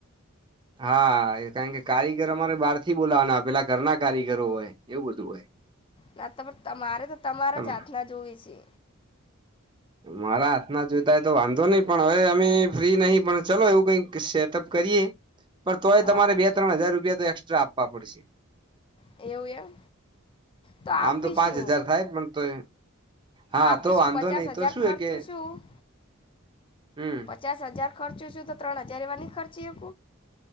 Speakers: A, on the right; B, on the left.
A: હા કારણ કે કારીગર અમારે બહાર થી બોલાવાના પેલા ઘરના કારીગરો હોય એવું બધું હોય.
B: ના તો તમારે તો તમારા
A: તમે
B: જ હાથના જોવી છે.
A: મારા હાથ ના જોતાય તો વાંધો નહી પણ હવે અમે ફ્રી નહી પણ ચલો એવું કઈક સેટઅપ કરીએ. પર તોય
B: હા
A: તમારે બે ત્રણ હજાર રૂપિયા તો એસ્ટ્રા આપવા પડશે.
B: એવું એમ તો આપીશું
A: આમ પાંચ હજાર થાય પણ તો હા
B: આપીશું
A: તો વાંધો
B: પચાસ
A: નહી તો
B: હજાર.
A: શું
B: ખર્ચું
A: એ કે
B: છું
A: હમ
B: પચાસ હજાર ખર્ચુ છું તો ત્રણ હજાર એવા નહી ખર્ચી એ